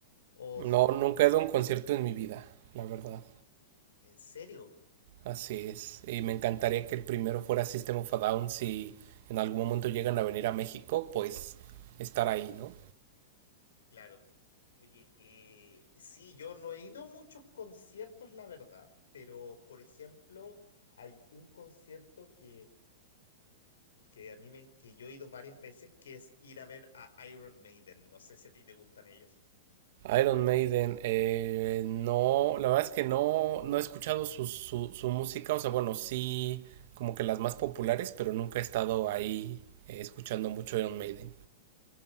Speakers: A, on the left (about 85°); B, on the right (about 60°).
A: o s-
B: No, nunca he dado un concierto en mi vida, la verdad.
A: en serio.
B: Así es. Y me encantaría que el primero fuera System of a Down si en algún momento llegan a venir a México, pues estar ahí, ¿no?
A: Claro. Oye, eh, sí, yo no he ido a muchos conciertos, la verdad, pero por ejemplo, hay un concierto que que a mí me, que yo he ido varias veces, que es ir a ver a Iron Maiden. No sé si a ti te gustan ellos.
B: Iron Maiden, eh, no, la verdad es que no, no he escuchado su, su, su música, o sea, bueno, sí, como que las más populares, pero nunca he estado ahí eh, escuchando mucho Iron Maiden.